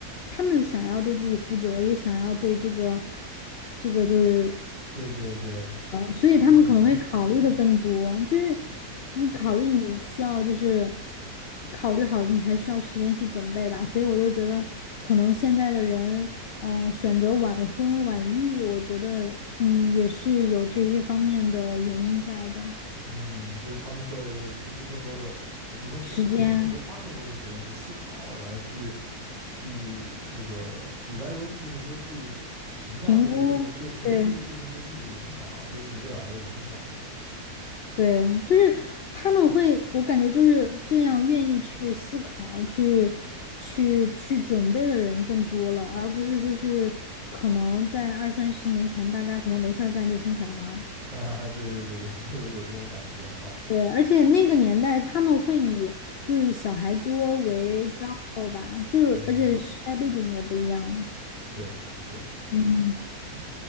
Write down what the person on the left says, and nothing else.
他们想要对自己负责，也想要对这个这个就是
所以他们可能会考虑的更多，
就是你考虑你需要就是考虑好，你还需要时间去准备吧。所以我就觉得，可能现在的人，嗯、选择晚婚晚育，我觉得，嗯，也是有这些方面的原因在的，
时间
评估，
对。
对，就是他们会，我感觉就是这样，愿意去思考、去、去、去准备的人更多了，而不是就是可能在二三十年前，大家可能没事儿干就生小孩儿。
对，而且那个年代他们会以就是小孩多为骄傲吧，就是而且时代背景也不一样嘛。
嗯，